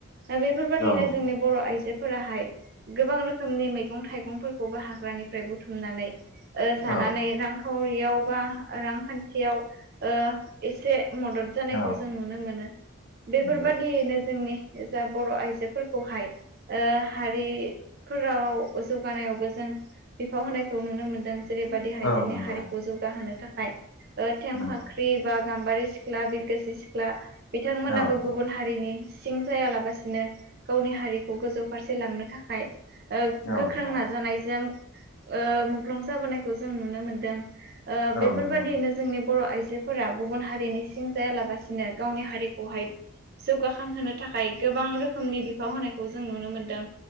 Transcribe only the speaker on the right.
दा बेफोरबायदिनो
जोंनि बर' आइजो फोराहाय गोबां रोखोमनि मैगं थाइगंफोरखौबो हाग्रानिफ्राय बुथुमनानै ओ जानानै
रांखावरियाव बा रांखान्थियाव ओ एसे मदद जानायखौ
जों नुनो मोनो बेफोरबादियैनो
जोंनि जा बर' आइजोफोरखौहाय ओ हारि फोराव जौगानायावबो जों बिफाव होनायखौ नुनो मोनदों जेरैबायदिहाय
जोंनि
हारिखौ जौगाहोनो थाखाय ओ थें
फाख्रि बा गाम्बारि सिख्ला बिरगोसि सिख्ला बिथांमोनाबो
गुबुन हारिनि सिं जायालाबासिनो गावनि हारिखौ गोजौ फारसे लांनो थाखाय ओ
गोख्रों
नाजानायजों ओ मुंख्लं जाबोनायखौ जों नुनो मोनदों । ओ बेफोरबादियैनो
जोंनि बर' आइजोफोरा गुबुन हारिनि सिं जायालाबासिनो गावनि हारिखौहाय जौगाखांहोनो थाखाय गोबां रोखोमनि बिफाव होनायखौ जों नुनो मोनदों